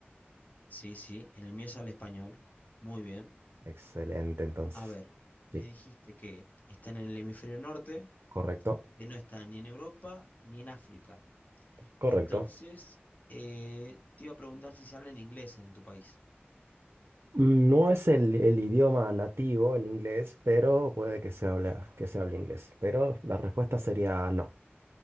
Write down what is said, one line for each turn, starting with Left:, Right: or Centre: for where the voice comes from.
Left: sí, sí. En el mío se habla español. Muy bien.
Right: Excelente, entonces.
Left: A ver, me
Right: Sí.
Left: dijiste que están en el hemisferio norte,
Right: Correcto,
Left: que no está ni en Europa ni en África.
Right: correcto.
Left: Entonces, eh, te iba a preguntar si se habla en inglés en tu país.
Right: Mm, No es el, el idioma nativo, el inglés, pero puede que se habla, que se hable inglés. Pero la respuesta sería no.